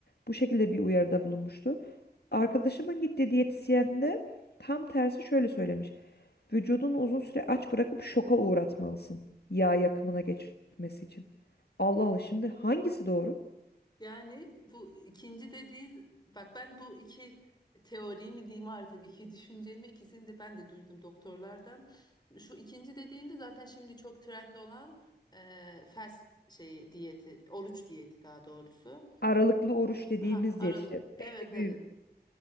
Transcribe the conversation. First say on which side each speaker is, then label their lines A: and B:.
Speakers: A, on the left; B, on the left.
A: Bu şekilde bir uyarıda bulunmuştu. Arkadaşımın gittiği diyetisyen de tam tersi şöyle söylemiş. Vücudunu uzun süre aç bırakıp şoka uğratmalısın. Yağ yakımına geçmesi için. Allah Allah şimdi hangisi doğru?
B: Yani bu ikinci dediği bak ben bu iki teori mi diyeyim artık iki düşünceyi mi ikisini de ben de duydum doktorlardan. Şu ikinci dediğinde zaten şimdi çok trend olan e, fast şeyi diyeti oruç diyeti daha doğrusu.
A: Aralıklı oruç dediğimiz
B: Ha aralık
A: diyet işte
B: evet
A: belli
B: evet
A: bir